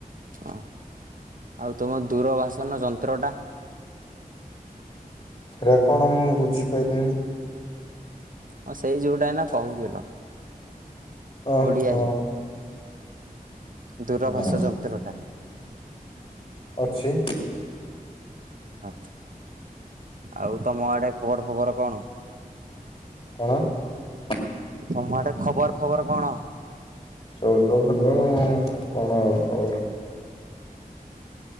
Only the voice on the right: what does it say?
ହଁ ଆଉ ତୁମ ଦୂରଭାଷନ ଯନ୍ତ୍ରଟା
ହଁ ସେଇ ଯୋଉଟା ଏଇନା କହୁଥିଲ
ଓଡ଼ିଆରେ ଦୂରଭାଷା
ଯନ୍ତ୍ର ଟା
ହଁ ଆଉ ତମ ଆଡେ ଖବର ଫବର କଣ
ତମର ଆଡେ ଖବର ଫବର କଣ